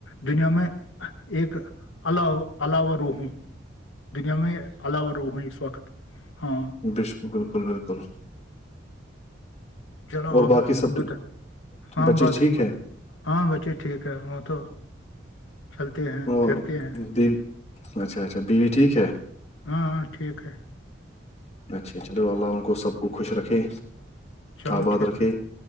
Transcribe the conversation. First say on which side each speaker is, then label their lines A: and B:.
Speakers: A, on the left (about 85°); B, on the left (about 35°).
A: دنیا میں ایک ال الاو روحوں دنیا میں اللہ الرحم اس وقت ہاں
B: بک بالکل بالکل
A: چلو
B: اور
A: آپ
B: باقی سب
A: بتا ہاں
B: بچے
A: بات
B: ٹھیک ہے
A: ہاں بچے ٹھیک رہ ہوں تو چلتے ہیں
B: اور
A: پھیھرتے ہیں
B: بیوی- اچھا اچھا بیوی ٹھیک ہے
A: ہاں ہاں ٹھیک ہے
B: اچھے چلو اللہ ان کو سب کو خوش رکھے
A: چلو
B: آ بات
A: ٹھیک
B: رکھی
A: ہے